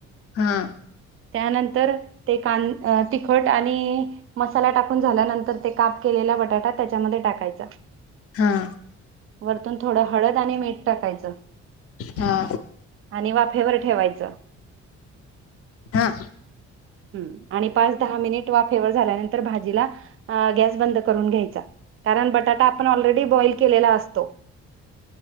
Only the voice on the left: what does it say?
हा.
हा.
हा.
हा